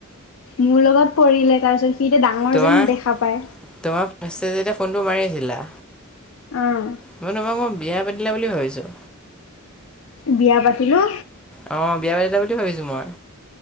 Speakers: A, on the left; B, in the centre.
A: মোৰ লগত পঢ়িলে তাৰপিছত সি এতিয়া ডাঙৰ
B: তোমাৰ,
A: যেন দেখা পায়।
B: তোমাৰ ফাৰ্ষ্ট যে যেতিয়া ফোনটো মাৰিছিলা।
A: উম
B: মানে ম মই বিয়া পাতিলা বুলি ভাবিছোঁ।
A: বিয়া পাতিলোঁ।
B: অ বিয়া পাতিলা বুলি ভাবিছো মই